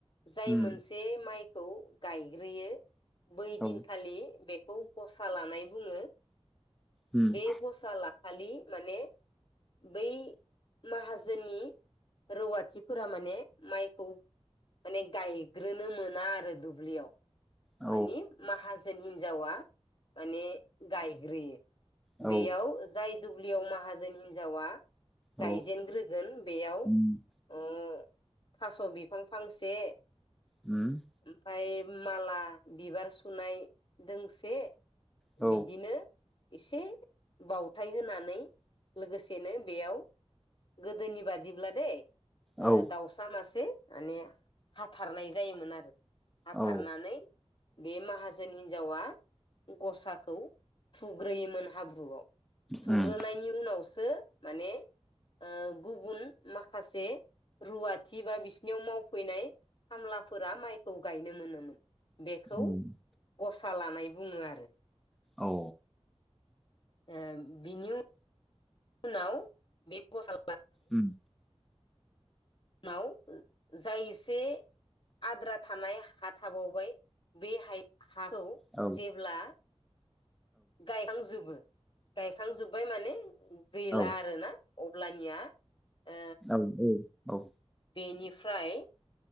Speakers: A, on the left (about 50°); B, in the centre.
A: जाय
B: उम
A: मोनसे माइ खौ गायग्रोयो बैदिन
B: औ
A: खालि बे खौ गसा लानाय बुङो।
B: उम
A: बे ग'सा ला खालि माने बै माहाजोननि रौवाथिफोरा माने माइखौ माने गायग्रोनो मोना आरो दुब्लियाव।
B: औ
A: माने माहा जोन हिनजावा माने गायग्रोयो।
B: औ
A: बेयाव जाय दु ब्लियाव माहाजोन हिन्जावा
B: औ
A: गायजेनग्रोगोन बेयाव ओ
B: उम
A: थास' बि फां फांसे
B: उम
A: ओमफाय माला बिबार सुनाय दोंसे
B: औ
A: बिदिनो इसे बावथाय होनानै लोगोसेनो बेयाव गोदोनि बादिब्ला दै ओ
B: औ
A: दाउसा मासे माने हाथारनाय जायोमोन आरो हाथारनानै
B: औ
A: बे माहाजोन हिन जावा गसाखौ थुग्रोयोमोन हाब्रुआव थुग्रोनायनि
B: उम
A: उनावसो माने ओ गुबुन माखासे रुवाथि बा बिस याव मावफैनाय खामलाफोरा माइखौ गायनो मोनोमोन। बेखौ
B: उम
A: गसा लानाय बुङो आरो
B: औ
A: ओ बिनि <inaudible> उनाव बे गसा
B: उम
A: माव जाय एसे आद्रा थानाय हा थाबावबाय बे हाय हाखौ
B: औ
A: जेब्ला गायखांजोबो गायखांजोबबाय माने बैला
B: औ
A: आरो ना। अब्लानिया ओ
B: औ औ। औ।
A: बेनिफ्राय